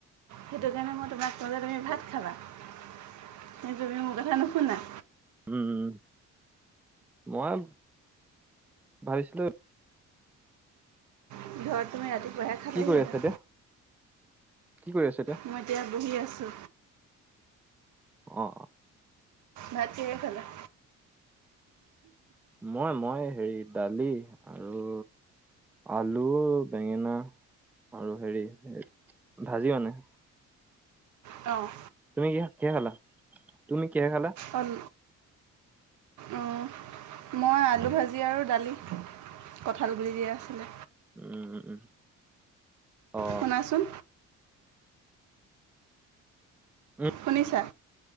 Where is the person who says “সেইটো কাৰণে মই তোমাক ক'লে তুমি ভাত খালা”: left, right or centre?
Right